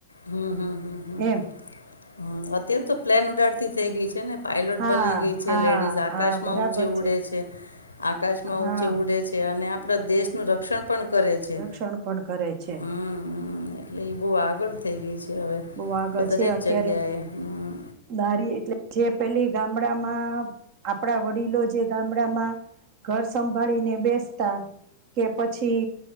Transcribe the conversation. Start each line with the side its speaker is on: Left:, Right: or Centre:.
Left: હમ્મ હમ્મ હમ્મ હમ્મ
Right: એમ
Left: અત્યારે તો પ્લેન ઉડાડતી થઇ ગઈ છે ને. પાયલોટ
Right: હા
Left: બની ગઈ છે
Right: હા
Left: લેડીઝ આકાશમાં
Right: હા બરાબર
Left: ઊંચે ઉડે છે આકાશમાં
Right: હા
Left: ઊંચે ઉડે છે અને આપ દેશનું રક્ષણ પણ કરે છે
Right: રક્ષણ પણ કરે છે
Left: હમ એટલે એ બહ આગળ. તેવું છે. હવે
Right: બહ આગળ
Left: બ- દરેક
Right: છે અત્યારે
Left: જગ્યાએ હમ
Right: દારી એટલે જે. પેલી ગામડામાં આપડા વડીલો જે ગામડામાં ઘર સંભાળીને બેસતા કે પછી